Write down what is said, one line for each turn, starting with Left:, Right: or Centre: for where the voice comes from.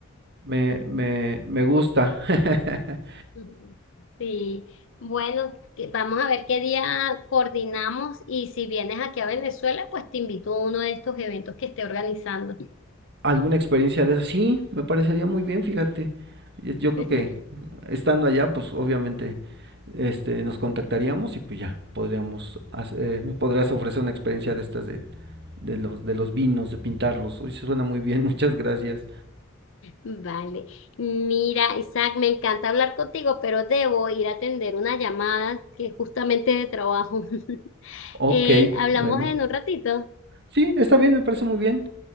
Right: Me, me, me gusta. <laughs>
Left: Ujú. Sí, bueno, que- vamos a ver qué día coordinamos y si vienes aquí a Venezuela, pues te invito a uno de estos eventos que esté organizando.
Right: alguna experiencia de eso. Sí, me parecería muy bien, fíjate. Eh, Yo,
Left: <laughs>
Right: creo que estando allá, pues obviamente este, nos contactaríamos y pues ya podríamos, hacer- eh, me podrías ofrecer una experiencia de estas de, de los, de los vinos, de pintarlos. Uy, se suena muy bien, <laughs> muchas gracias.
Left: Vale, mira, Isaac, me encanta hablar contigo, pero debo ir a atender una llamada que es justamente de trabajo. <laughs>
Right: Ok,
Left: Eh, hablamos
Right: bueno.
Left: en un ratito.
Right: Sí, está bien, me parece muy bien.